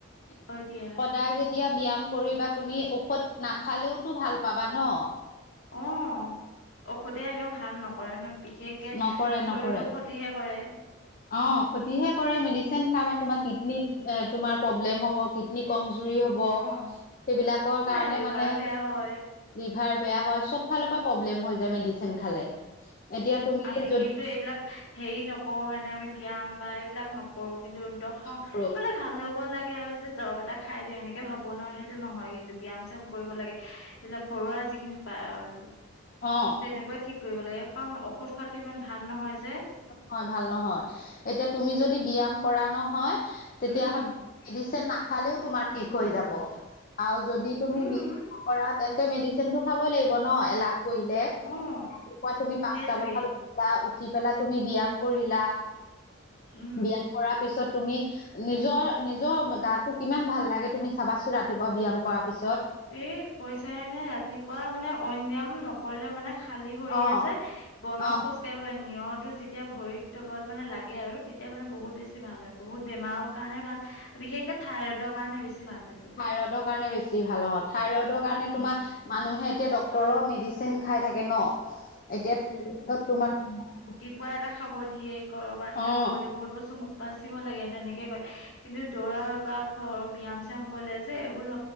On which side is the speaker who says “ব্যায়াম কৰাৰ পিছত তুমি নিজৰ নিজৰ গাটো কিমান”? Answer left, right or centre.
Left